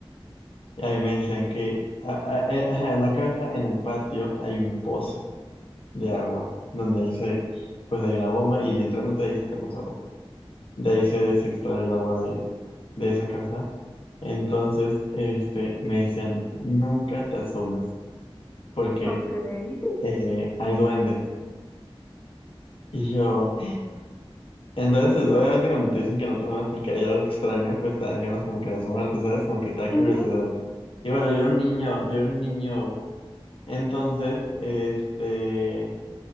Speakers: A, on the left (about 65°); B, on the left (about 15°).
A: y a mí me decían que a- a- eh, ajá, en la casa, en el patio, hay un pozo de agua, donde ahí se, pues hay una bomba y literalmente de ahí sacamos agua. De ahí se, se extrae el agua de, de esa casa. Entonces, este, me decían, nunca te asomes, porque
B: Ok. <laughs>
A: eh, hay duendes. Y yo, entonces, obviamente cuando te dicen que no te asomes porque hay algo extraño, pues te dan ganas como que de asomarte, ¿sabes? Como que te da
B: Ujú.
A: curiosidad. Y bueno, yo era un niño, yo era un niño. Entonces, este,